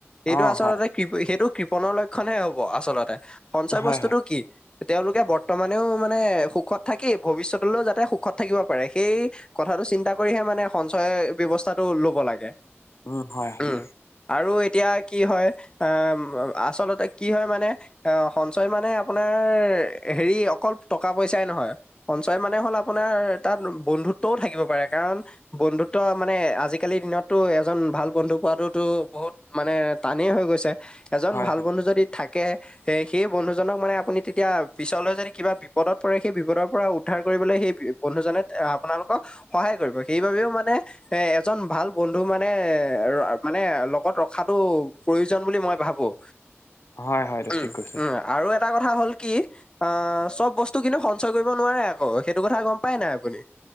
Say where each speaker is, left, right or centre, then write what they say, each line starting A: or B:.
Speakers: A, on the left; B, on the left.
A: সেইটো
B: অ
A: আচলতে
B: হয়
A: কৃ, সেইটো কৃপনৰ লক্ষণহে হ'ব আচলতে। সঞ্চয়
B: হয়
A: বস্তুটো
B: হয়
A: কি? তেওঁলোকে বৰ্তমানেও মানে সুখত থাকি ভৱিষ্যতলও যাতে সুখত থাকিব পাৰে সেই কথা চিন্তা কৰিহে মানে সঞ্চয় ব্যৱস্থাটোৰ ল'ব লাগে।
B: উ হয়, হয়।
A: উম আৰু এতিয়া কি হয়। আ আচলতে কি হয় মানে আ সঞ্চয় মানে আপোনাৰ হেৰি অকল টকা পইচাই নহয়, সঞ্চয় মানে হ'ল আপোনাৰ তাত বন্ধুত্বও থাকিব পাৰে কাৰণ বন ধুত্ব মানে আজিকালিৰ দিনততো এজন ভাল বন্ধু পোৱাটোতো বহুত মানে টানেই হৈ গৈছে। এজন
B: হয়
A: ভাল
B: হয়
A: বন্ধু যদি থাক কে সেই বন্ধুজনক মানে আপুনি তেতিয়া পিছলৈ যদি কিবা বিপদত পৰে সেই বিপদৰ পৰা উদ্ধাৰ কৰি কৰিবলৈ সেই বন্ধুজনে আপোনালোকক সহায় কৰিব সেই বাবেও মানে সে এজন ভাল বন্ধু মানে-মানে লগত ৰখাটো প্ৰয়োজন বুলি মই ভাবোঁ।
B: হয় হয় এইটো
A: উম,
B: ঠিক কৈছে।
A: উম, আৰু এ এটা কথা হ'ল কি, আহ চব বস্তু কিন্তু সঞ্চয় কৰিব নোৱাৰে আকৌ সেইটো কথা গম পাই নে আপুনি?